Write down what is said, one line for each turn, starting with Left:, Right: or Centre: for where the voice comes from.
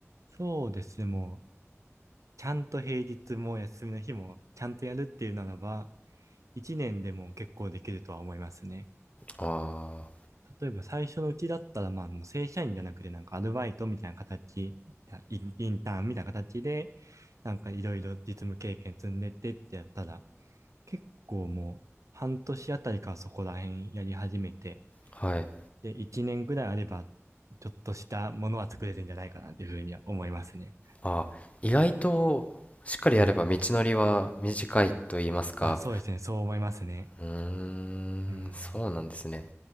Right: そうです。もう、ちゃんと平日も休みの日もちゃんとやるっていうならば、一年でも結構できるとは思いますね。
Left: あ
Right: 例えば最初のうちだったら、まあもう正社員じゃなくて、なんかアルバイトみたいな形、インインターンみたいな形で、なんかいろいろ実務経験積んでってってやったら、結構もう半年あたりからそこら辺やり始めて、
Left: あ、はい。
Right: で、1年ぐらいあれば、ちょっとしたものは作れるんじゃないかなっていうふうには思いますね。
Left: あー、意外と、しっかりやれば道のりは短いと言いますか。
Right: うん。あ、そうですね。そう思いますね。
Left: うーん、
Right: うん。
Left: そうなんですね。